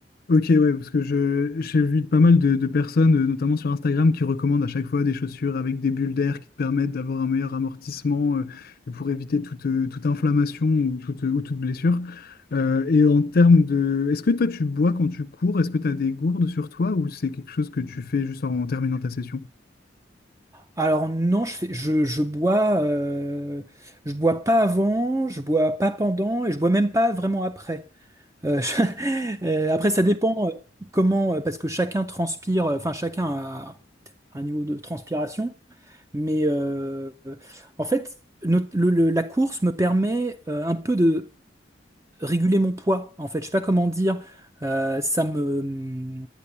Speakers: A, on the left (about 55°); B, on the right (about 15°).
A: Ok, ouais, parce que je, j'ai vu pas mal de, de personnes, euh, notamment sur Instagram, qui recommandent à chaque fois des chaussures avec des bulles d'air qui te permettent d'avoir un meilleur amortissement euh, et pour éviter toute, euh, toute inflammation ou toute, ou toute blessure. Euh, et en termes de... Est-ce que toi, tu bois quand tu cours? Est-ce que tu as des gourdes sur toi ou c'est quelque chose que tu fais juste en terminant ta session?
B: Alors non, je fais, je, je bois, euh, je bois pas avant, je bois pas pendant et je bois même pas vraiment après. Euh, <laughs> je- euh, après, ça dépend euh, comment, euh, parce que chacun transpire, euh, enfin chacun a un niveau de transpiration, mais euh, euh, en fait, notre- le- le- la course me permet euh, un peu de réguler mon poids, en fait. Je sais pas comment dire. Euh, ça me,